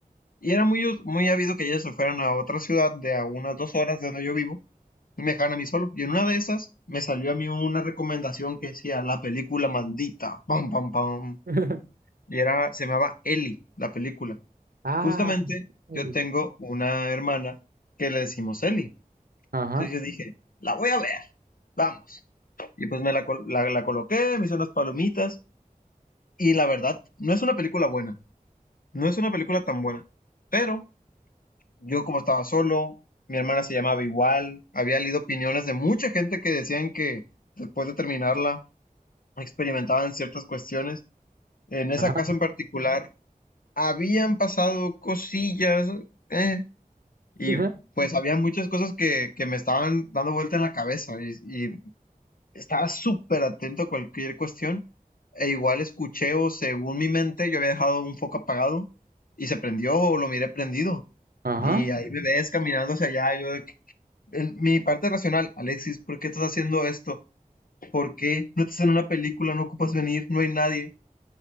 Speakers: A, on the left (about 70°); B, on the right (about 75°).
A: Y era muy, us- muy habido que ellas se fueran a otra ciudad de a unas dos horas de donde yo vivo y me dejaran a mí solo. Y en una de esas me salió a mí una recomendación que decía la película maldita. Pam, pam, pam.
B: <laughs>
A: Y era, se llamaba Ellie, la película.
B: Ah,
A: Justamente
B: Eli.
A: yo tengo una hermana que le decimos Ellie.
B: ajá,
A: Entonces yo dije, la voy a ver. Vamos. Y pues me la, col- la, la coloqué, me hice unas palomitas. Y la verdad, no es una película buena. No es una película tan buena. Pero yo como estaba solo, mi hermana se llamaba igual, había leído opiniones de mucha gente que decían que después de terminarla experimentaban ciertas cuestiones. En esa
B: ajá,
A: casa en particular habían pasado cosillas eh, y
B: ajá,
A: pues había muchas cosas que, que me estaban dando vuelta en la cabeza y, y estaba súper atento a cualquier cuestión. E igual escuché o según mi mente yo había dejado un foco apagado y se prendió o lo miré prendido.
B: <laughs> ajá,
A: Y ahí me ves caminando hacia allá, yo de en mi parte racional, Alexis, ¿por qué estás haciendo esto? ¿Por qué no estás en una película? No ocupas venir, no hay nadie.